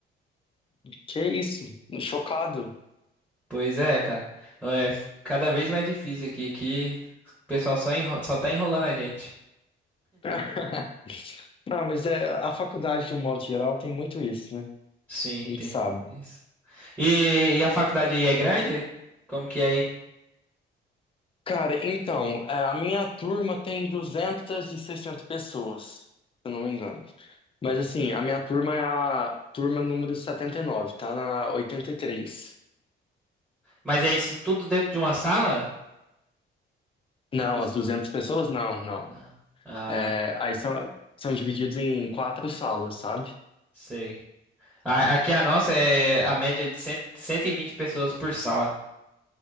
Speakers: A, on the left (about 25°); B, in the centre.
A: Que isso? Chocado.
B: Pois é, cara. É f- cada vez mais difícil aqui, que o pessoal só, enro... só tá enrolando a gente.
A: <laughs> Não, mas é, a faculdade, de um modo geral, tem muito isso, né?
B: Sim,
A: A gente
B: tem
A: sabe.
B: isso. E, e a faculdade aí é grande? Como que é aí?
A: Cara, então, é, a minha turma tem 260 pessoas, se eu não me engano. Mas assim, a minha turma é a turma número 79, tá na 83.
B: Mas é isso tudo dentro de uma sala?
A: Não,
B: Os-
A: as 200 pessoas? Não, não.
B: Não. Ah,
A: É, aí são, são divididos em quatro salas, sabe?
B: sei. A- Aqui a nossa é a média de cem cento e vinte pessoas por sala.